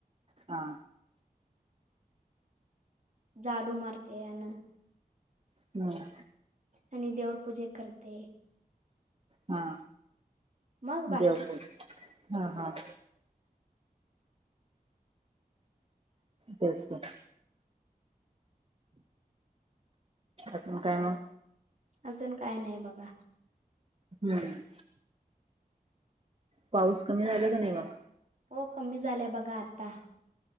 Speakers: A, on the right; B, on the right.
A: हा!
B: झाडू मारते अन
A: हम्!
B: आणि देवर पूजे करते.
A: हा
B: मग बाकी
A: देवपु हा हा. तेच की अजून काय मग
B: अजून काय नाही बघा.
A: हम्म. पाऊस कमी झाला का नाही मग?
B: हो कमी झालं बघा आता